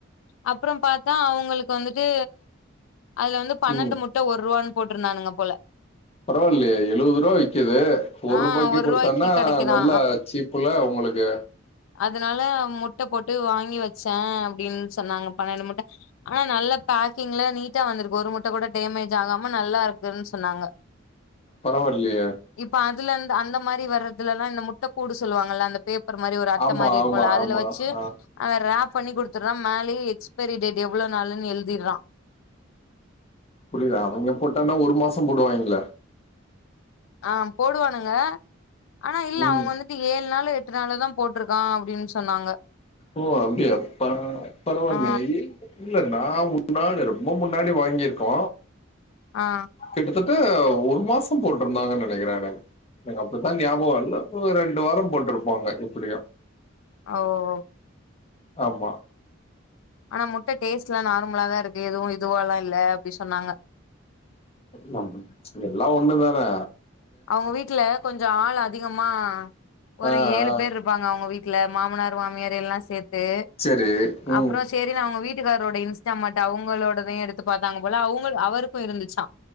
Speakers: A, on the left (about 70°); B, on the left (about 30°).
A: அப்றோம் பாத்தா அவுங்களுக்கு வந்துட்டு அதுல வந்து பன்னெண்டு
B: ம்
A: முட் ட்ட ஒர்ருவான்னு போட்ருந்தானுங்க போல
B: பரவால்லையே எழுவது ரூவா விக்குது ஒரு
A: ஆ
B: ரூபாய்க்கு குடுத்தான்னா
A: ரூவாய்க்கு கெடைக்குதா
B: நல்ல சீப்புல ஒங்களுக்கு
A: அதுனால முட்ட போட்டு வாங்கி வச்சே அப்டின்னு சொன்னாங்க பன்னெண்டு முட்ட ஆனா நல்ல பேக்கிங்ல நீட்டா வந்துருக்கு ஒரு முட்ட கூட டேமேஜ் ஆகாம நல்லா இருக்குன் சொன்னாங்க <inaudible>
B: பரவால்லியே
A: இப்ப அதுலந்து அந்த மாரி வர்றதுல லாம் இந்த முட்ட கூடு சொல்லுவாங்கள்ல அந்த பே பர் மாரி ஒரு அட்ட
B: ஆமா
A: மாரி இருக்கும்ல
B: ஆமா
A: அதுல
B: ஆமா
A: வச்சு
B: ஆ
A: அத ராப் பண்ணி குடுத்துட்றா மேலயும் எக்ஸ்பைரி டேட் எவ்ளோ நாளுன்னு எழுதிர்றா
B: புரியல அவங்கே போட்டானா ஒரு மாசோ போடுவாங்கெளே
A: ஆ போடுவானுங்க ஆனா இல்ல
B: ம்
A: அவ்ங்க வந்து இது ஏழு நாள் எட்டு நாளோதா போட்ருக்கா அப்டின்னு சொன்னாங்க
B: ஓ அப்டியா பா பரவால்லயே
A: ஆ
B: ய் இல்ல நா முன்னாடி ரொம்ப முன்னாடி வாங்கிருக்கோ
A: ஆ
B: கிட்டத்தட்ட ஒரு மாசோ போட்ருந்தாங்கன்னு நெனக்கிறே எனக் எனக்கு அப்பத்தா ஞாபகம் என்னப்பு ரெண்டு வாரோ போட்ருப்பாங்க எப்டியும்
A: அவ்வோ
B: ஆமா
A: ஆனா முட்ட டேஸ்ட் லாம் நார்மலா தான் இருக்கு எதுவும் இதுவா லாம் இல்ல அப்டி சொன்னாங்க
B: நம்பு இதெல்லா ஒண்ணு வேணா
A: அவுங்க வீட்ல கொஞ்சோ ஆளு அதிகமா ஒரு
B: ஆ
A: ஏழு
B: ஆ
A: பேர் இருப் ப்பாங்க அவுங்க வீட்ல மாமனார் மாமியார் எல்லா சேத்து
B: செரி ம்
A: அப்றோம் ச்சு தேரினு அவ்ங்க வீட்டுக்காரோட இன்ஸ்டாமாட் அவங்களோடதையும் எடுத்து பாத்தாங்க போல அவுங்க அவருக்கு இருந்துச்சா